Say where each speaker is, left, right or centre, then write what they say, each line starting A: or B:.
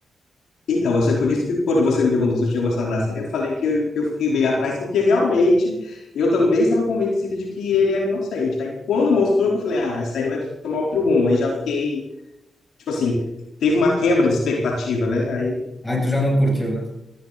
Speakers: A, on the left; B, on the left.
A: Então, mas foi por isso que quando você me perguntou se eu tinha gostado da série, eu falei que eu, que eu fiquei bem atrás, porque realmente eu também estava convencido de que ele era inocente. Aí quando mostrou, que eu falei, ah, a série vai tomar outro rumo. Aí já fiquei, tipo assim, teve uma quebra de expectativa, né? Aí
B: Aí tu já não curtiu, né?